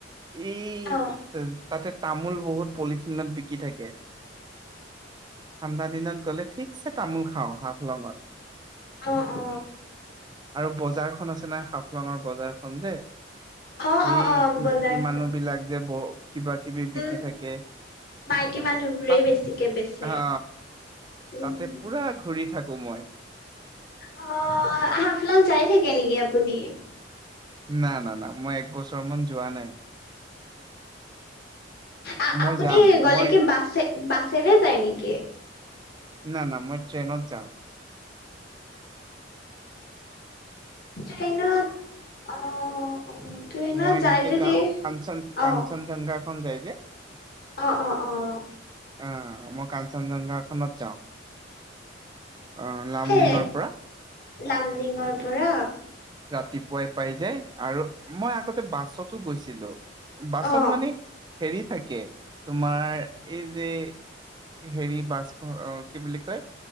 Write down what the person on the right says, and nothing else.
এই
তাতে তামোল বহুত পলিথিনত বিকি থাকে। ঠাণ্ডা দিনত গ'লে ঠিকছে তামোল খাওঁ হাফলংত,
আৰু বজাৰখন আছে না হাফলংৰ বজাৰখন যে।
সেই
মাইকী
মানুহ বিলাক যে ব কিবা কিবি বিকি
থাকে।
তাত
হা
তাতে পুৰা ঘূৰি থাকো মই।
না না না মই এক বছৰ মান যোৱা নাই।
মই
যাম
মই
না, না মই ট্ৰেইনত যাওঁ।
মই এনেকে
যাও কাঞ্চন
কাঞ্চনজংঘাখন যায় যে।
অ, মই কাঞ্চনজংঘাখনত যাওঁ। অ লামডিঙৰ
পৰা
ৰাতিপুৱাই পাই যায় আৰু মই আগতে বাছতো গৈছিলো। বাছত
মানে হেৰি থাকে, তোমাৰ এই যে হেৰি বাছ অ কি বুলি কয়